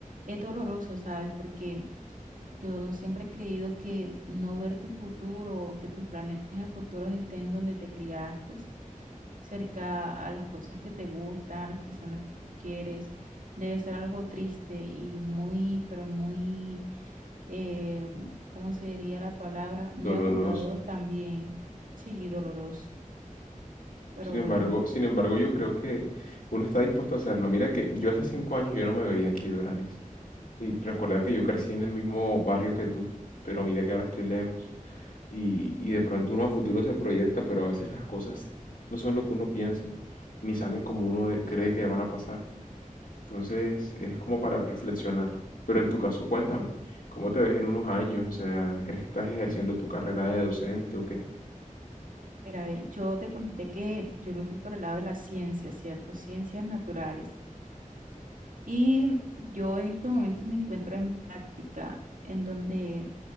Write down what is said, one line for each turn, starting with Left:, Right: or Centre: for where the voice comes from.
Right: Es doloroso, ¿sabes? Porque yo siempre he creído que no ver tu futuro o que tus planes a futuro estén donde te criaste, cerca a las cosas que te gustan, a las personas que tú quieres, debe ser algo triste y muy, pero muy, eh, ¿cómo se diría la palabra? Muy
Left: doloroso.
Right: agotador también, sí, y doloroso, pero
Left: Sin embargo,
Right: bueno.
Left: sin embargo, yo creo que uno está dispuesto a hacerlo. Mira que yo hace cinco años yo no me veía aquí, Doranis. Y recuerda que yo crecí en el mismo barrio que tú, pero mira que ahora estoy lejos. Y, y de pronto uno a futuro se proyecta, pero a veces las cosas no son lo que uno piensa, ni salen como uno de- cree que van a pasar. Entonces es como para reflexionar. Pero en tu caso, cuéntame, ¿cómo te ves en unos años? O sea, ¿crees que estás ejerciendo tu carrera de docente o qué?
Right: Mira, ve, yo te conté que yo me fui por el lado de las ciencias, ¿cierto? Ciencias naturales. Y yo en estos momentos me encuentro en práctica, en donde